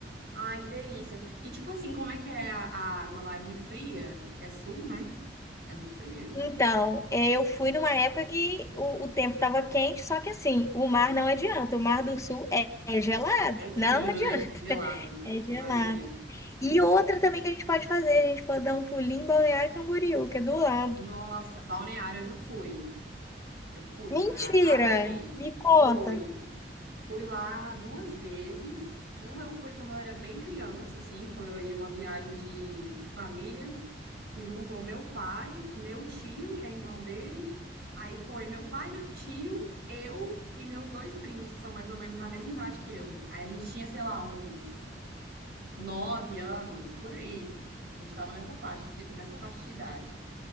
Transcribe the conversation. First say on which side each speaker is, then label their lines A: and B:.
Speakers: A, on the right (about 65°); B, on the left (about 15°).
A: Ai, que delícia. E tipo assim, como é que é a, a água lá? É muito fria? Que é sul, né? É muito fria?
B: Então, eh, eu fui numa época que o, o tempo estava quente, só que assim, o mar não adianta, o Mar do Sul é é gelado,
A: É frio,
B: não adianta.
A: né? É gelado.
B: <laughs> É gelado.
A: Imaginei.
B: E outra também que a gente pode fazer, a gente pode dar um pulinho em Balneário Camboriú, que é do lado.
A: Nossa, Balneário eu já fui. Eu fui
B: Mentira!
A: em Balneário. Adorei.
B: Me conta.
A: Fui. Fui lá duas vezes. Uma eu fui quando eu era bem criança, assim, foi uma viagem de, de família que juntou meu pai, meu tio, que é irmão dele. Aí foi meu pai, meu tio, eu e meus dois primos, que são mais ou menos da mesma idade que eu. Aí a gente tinha, sei lá, uns nove anos, por aí. A gente tava nessa faixa de, nessa faixa de idade.